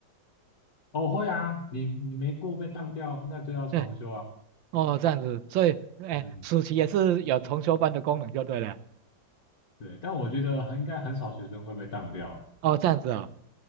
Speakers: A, on the left (about 55°); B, on the right (about 85°).
A: 哦，会啊，你你没过被当掉，那就要重修啊。
B: 对，哦，这样子，所以哎，
A: 嗯，
B: 暑期也是有重修班的功能就对了。
A: 对，但我觉得很应该很少学生会被当掉。
B: 哦，这样子哦